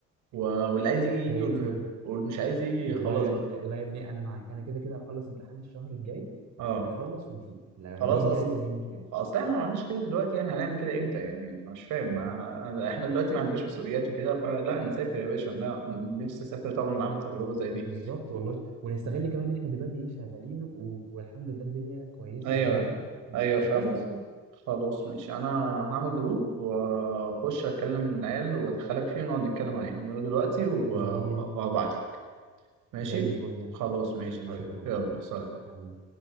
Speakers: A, on the right; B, on the right.
A: و... واللي عايز يجي يجي
B: زي
A: وال-
B: الفل
A: واللي مش عايز يجي
B: والله
A: خلاص بقى
B: لا يا ابني انا معاك انا كده كده هخلص امتحان الشهر الجاي
A: أه
B: نخلص ونشوف لا
A: خلاص
B: مين
A: أصل
B: جاي ومين مش جاي
A: اصل احنا ما عملناش كده دلوقتي يعني هنعمل كده امتى يعني مش فاهم ما... احنا دلوقتي ما عندناش مسؤوليات وكده فلا نسافر يا باشا لا نفسي اسافر طبعا اعمل تجربه زي دي
B: بالظبط والله ونستغل كمان ان احنا دلوقتي ايه شغالين و... والحمد لله الدنيا كويسه
A: ايوه
B: لذيذه فنتبسط
A: ايوه فاهم قصدي
B: شويه
A: خلاص ماشي انا هعمل جروب واخش اكلم العيال وادخلك فيه ونقعد نتكلم عليه هعمله دلوقتي وهبعت
B: زي ال...
A: لك ماشي
B: زي الفل يا
A: خلاص
B: حبي
A: ماشي
B: ماشي
A: يا حبيبي
B: يا حبي
A: يلا سلام
B: حبيبي